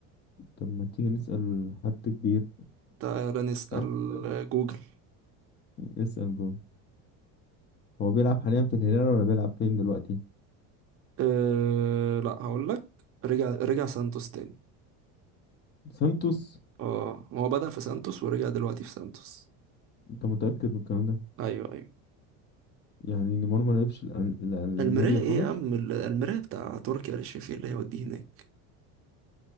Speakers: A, on the left; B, on the right.
A: طب ما تيجي نسأل حد كبير
B: تعال نسأل
A: <laughs>
B: جوجل
A: نسأل جوه هو بيلعب حاليا في الهلال ولا بيلعب فين دلوقتي
B: أه لا هقول لك رجع رجع سانتوس تاني
A: سانتوس
B: اه هو بدأ في سانتوس ورجع دلوقتي في سانتوس
A: انت متأكد من الكلام ده
B: ايوه ايوه
A: يعني نيمار ما لعبش الأن- الألميريا
B: المرايه ايه
A: خالص
B: يا عم ال- المرايه بتاع تركي آل الشيخ إيه اللي هيوديه هناك